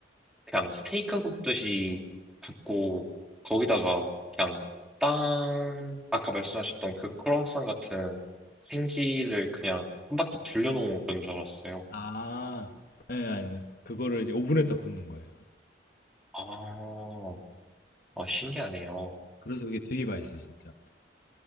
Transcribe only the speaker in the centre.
그냥 스테이크 굽듯이 굽고 거기다가 그냥 빵 아까 말씀하셨던 그 크로와상 같은 생지를 그냥 한 바퀴 둘려놓은 건 줄 알았어요.
아, 아, 신기하네요.